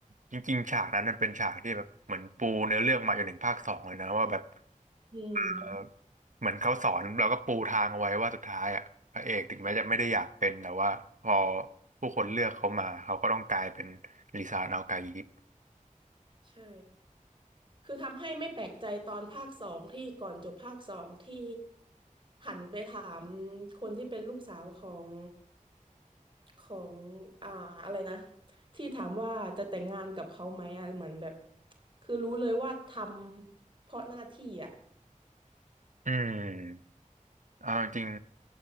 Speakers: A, on the right; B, on the right.
A: จริงๆฉากนั้นมันเป็นฉากที่แบบเหมือนปูเนื้อเรื่องมาจนถึงภาคสองเลยนะว่าแบบ
B: อืม
A: เออเหมือนเขาสอนเราก็ปูทางเอาไว้ว่าสุดท้ายอ่ะพระเอกถึงแม้จะไม่ได้อยากเป็นแต่ว่าพอผู้คนเลือกเขามาเขาก็ต้องกลายเป็นลิซานาโกายิป
B: ใช่ คือทำให้ไม่แปลกใจตอนภาคสองที่ก่อนจบภาคสองที่หันไปถามคนที่เป็นลูกสาวของของอ่าอะไรนะที่ถามว่าจะแต่งงานกับเขาไหมอะเหมือนแบบคือรู้เลยว่าทำเพราะหน้าที่อ่ะ
A: อืมเอาจริง